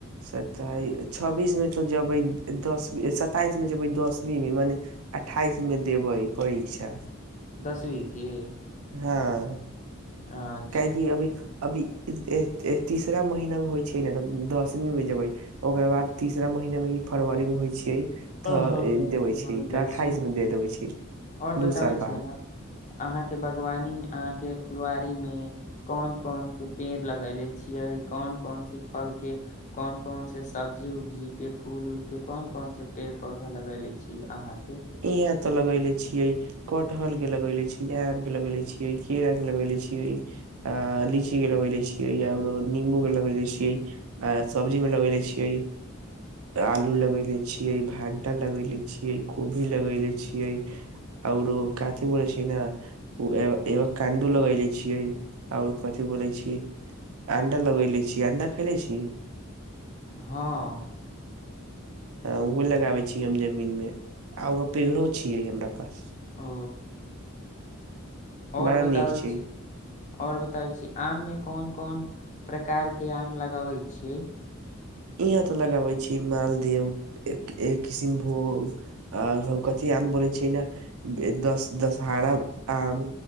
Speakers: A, on the right (about 85°); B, on the left (about 35°).
A: सताई छब्बीस मे तो जेबै दसवी सताइस में जेबै दसवीं मे मने अठाइस मे देबै परीक्षा
B: दसवीं के
A: हँ
B: अच्छा
A: काहेकि अभी अभी तीसरा महीना मे होइ छै ने त दसवीं मे जेबै ओकरा बाद तीसरा महीना मे ई फरवरी मे होइ छीयै तऽ
B: ओ ह ह
A: देबे
B: समझ
A: छै
B: गेल
A: तऽ अठाईस
B: छी
A: मे दे देबे छै
B: और बताबै
A: दू साल
B: छियै
A: बाद
B: ने अहाँके बागवानी अहाँके फुलवारी मे कोन कोनसी पेड़ लगेले छियै कोन कौन से फल के कोन कोन से सब्जी उब्जी के फूल उलके कोन कोन से पेड़ पौधा लगेले छी अहाँ के
A: इहाँ तो लगेले छियै कटहल के लगेले छी आम के लगेले छी केरा के लगेले छीये अ लीची के लगे ले छियै याकरो नीम्बू के लगे ले छियै आ सब्जी मे लगबेले छिऐ आलू लगैले छियै भंटा लगैले छियै कोभी लगैले छियै आउरो कथी ब छी ने ओ एग एवाकान्दो लगले छियै ओर कथि बोले छी अंडा लगैले छी अंडा खैले छी
B: हँ
A: ओहो लगाबै छीयै हम जमीन मे आ ओकर पेड़ो छियै हमरा पास
B: ओ ओर
A: बड़ा
B: बताबै
A: नीक छै
B: छी और बताबै छी आम मे कोन कोन प्रकार के आम लगावे छियै
A: यहां ते लगाबे छी मालदेव एक किसनभोग आर कथी आम बोलै छियै ने दस दशहरा आम